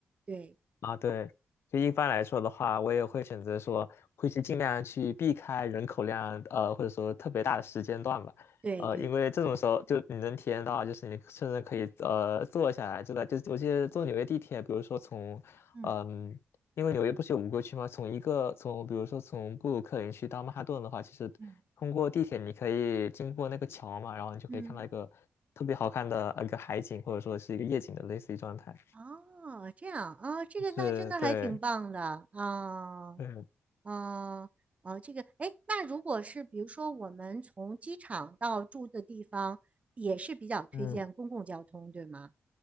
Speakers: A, on the right; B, on the left.
A: 对
B: 啊，对，就一般来说的话，我也会选择说，会去尽量去避开人口量，呃，或者说特别大的时间段吧，
A: 对对，
B: 呃，因为这种时候就你能体验到，就是你甚至可以呃坐下来，就在就我记得坐纽约地铁，比如说从，
A: 嗯
B: 嗯、因为纽约不是有五个区吗？从一个从比如说从布鲁克林区到曼哈顿的话，其实通过地铁你可以经过那个桥嘛，
A: 嗯
B: 然后你就可以看到一个特别好看的呃一个海景，
A: 嗯，
B: 或者说是一个夜景的类似于状态，
A: 哦，这样啊，哦这个那真的还挺棒的啊。
B: 是对。嗯。
A: 哦，哦，这个，哎，那如果是比如说我们从机场到住的地方，也是比较推荐公共交通，
B: 嗯
A: 对吗？